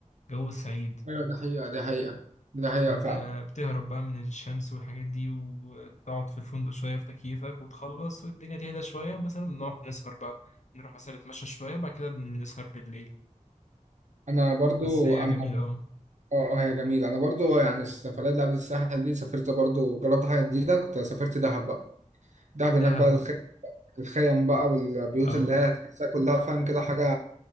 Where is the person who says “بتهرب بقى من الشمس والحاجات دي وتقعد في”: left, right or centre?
Left